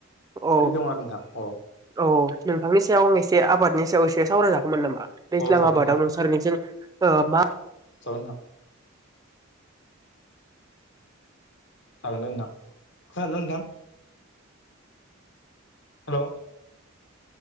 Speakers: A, on the right; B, on the left.
A: औ
B: फ्रि दं आरो नोंथां अ।
A: औ औ नोंथांनि सायाव आं एसे आबादनि सायाव एसे सावरायजागौमोन नामा? दैज्लां
B: औ जागोन
A: आबादाव नोंसारनिजों ओ मा
B: जागोनथां जागोनदे नोंथां। खोनादोंना नोंथां? हेल' अ